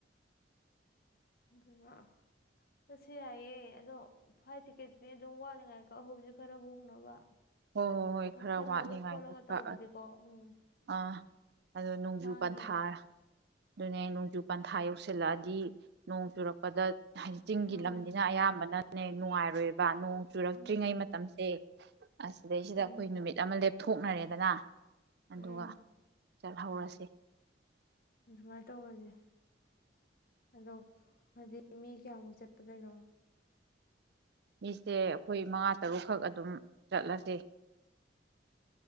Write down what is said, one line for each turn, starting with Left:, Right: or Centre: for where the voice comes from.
Left: ꯑꯗꯨꯅ ꯆꯠꯁꯦ ꯌꯥꯏꯌꯦ ꯑꯗꯣ ꯐ꯭ꯂꯥꯏꯠ ꯇꯤꯛꯀꯦꯠꯇꯤ ꯑꯗꯨꯝ ꯋꯥꯠꯂꯤꯉꯥꯏ ꯀꯛꯍꯧꯁꯦ ꯈꯔ ꯍꯣꯡꯅꯕ
Right: ꯍꯣꯏ ꯍꯣꯏ ꯍꯣꯏ
Left: ꯅꯛꯁꯜꯂꯒ
Right: ꯈꯔ ꯋꯥꯠꯂꯤꯉꯥꯏꯗ
Left: ꯈꯣꯠꯂꯒ ꯇꯧꯕꯗꯤꯀꯣ
Right: ꯀꯛꯑ
Left: ꯎꯝ
Right: ꯑꯥ ꯑꯗꯨꯣ ꯅꯣꯡꯖꯨ
Left: ꯇꯥꯡꯉꯦꯕ
Right: ꯄꯟꯊꯥ ꯑꯗꯨꯅꯦ ꯅꯣꯡꯖꯨ ꯄꯟꯊꯥ ꯌꯧꯁꯤꯜꯂꯛꯑꯗꯤ ꯅꯣꯡ ꯆꯨꯔꯛꯄꯗ ꯍꯥꯏꯗꯤ ꯆꯤꯡꯒꯤ
Left: ꯎꯝ
Right: ꯂꯝꯅꯤꯅ ꯑꯌꯥꯝꯕꯅ ꯅ ꯅꯨꯡꯉꯥꯏꯔꯣꯏ ꯕꯥ ꯅꯣꯡ ꯆꯨꯔꯛꯇ꯭ꯔꯤꯉꯩ
Left: ꯎꯝ
Right: ꯃꯇꯝꯁꯦ ꯑꯁꯤꯗꯩꯁꯤꯗ
Left: ꯎꯝ
Right: ꯑꯩꯈꯣꯏ ꯅꯨꯃꯤꯠ ꯑꯃ ꯂꯦꯞ ꯊꯣꯛꯅꯔꯦꯗꯅ
Left: ꯎꯝ
Right: ꯑꯗꯨꯒ ꯆꯠꯍꯧꯔꯁꯤ
Left: ꯑꯗꯨꯃꯥꯏꯅ ꯇꯧꯔꯁꯦ ꯑꯗꯣ ꯍꯥꯏꯗꯤ ꯃꯤ ꯀꯌꯥꯃꯨꯛ ꯆꯠꯄꯗꯣꯏꯅꯣ
Right: ꯃꯤꯁꯦ ꯑꯩꯈꯣꯏ ꯃꯉꯥ ꯇꯔꯨꯛꯈꯛ ꯑꯗꯨꯝ ꯆꯠꯂꯁꯦ